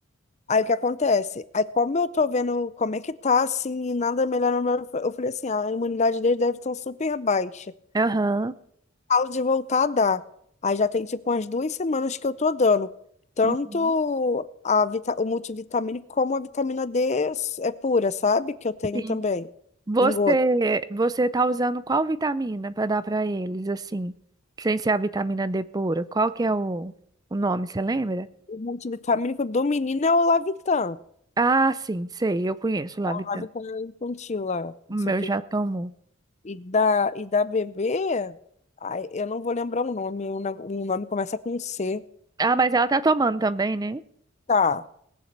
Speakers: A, on the left; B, on the right.
A: Aí o que acontece? Aí como eu tô vendo como é que tá, assim, e nada melhora, eu fa- eu falei assim, "Ah, a imunidade deles deve estar super baixa.
B: aham.
A: Falo de voltar a dar. Aí já tem tipo umas duas semanas que eu tô dando. Tanto
B: Uhum.
A: a vita- o multivitamínico como a vitamina D s- é pura, sabe? Que eu tenho
B: Sim.
A: também,
B: Você,
A: em gota.
B: você tá usando qual vitamina para dar para eles, assim, sem ser a vitamina D pura? Qual que é o, o nome, você lembra?
A: O multivitamínico do menino é o Lavitan.
B: Ah, sim, sei, eu conheço lá,
A: É o
B: a vitamina.
A: Lavitan infantil lá,
B: O
A: não
B: meu
A: sei o que
B: já tomou.
A: E da, e da bebê, ai, eu não vou lembrar o nome, o na- o nome começa com C.
B: Ah, mas ela tá tomando também, né?
A: Tá,